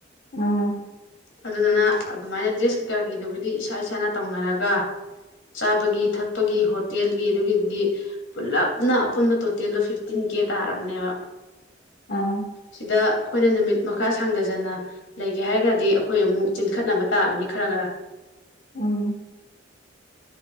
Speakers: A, on the left (about 50°); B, on the left (about 80°).
A: ꯎꯝ꯫
B: ꯑꯗꯨꯗꯨꯅ ꯑꯗꯨꯃꯥꯏꯅ ꯗ꯭ꯔꯦꯁ ꯀꯩꯀꯥ ꯀꯩꯗꯨꯕꯨꯗꯤ ꯏꯁꯥ ꯏꯁꯥꯅ ꯇꯧꯅꯔꯒ ꯆꯥꯕꯒꯤ ꯊꯛꯄꯒꯤ ꯍꯣꯇꯦꯜꯒꯤ ꯑꯗꯨꯒꯤꯗꯨꯗꯤ꯫ ꯄꯨꯂꯞꯅ ꯑꯄꯨꯟꯕ ꯇꯣꯇꯦꯜꯗꯣ ꯐꯤꯐꯇꯤꯟ ꯀꯦ ꯇꯥꯔꯕꯅꯦꯕ꯫
A: ꯑꯥ꯫
B: ꯁꯤꯗ ꯑꯩꯈꯣꯏꯅ ꯅꯨꯃꯤꯠ ꯃꯈꯥ ꯁꯥꯡꯗꯖꯅ ꯂꯩꯒꯦ ꯍꯥꯏꯔꯒꯗꯤ ꯑꯩꯈꯣꯏ ꯑꯃꯨꯛ ꯆꯤꯟꯈꯠꯅꯕ ꯇꯥꯕꯅꯤ ꯈꯔ ꯈꯔ꯫
A: ꯎꯝ꯫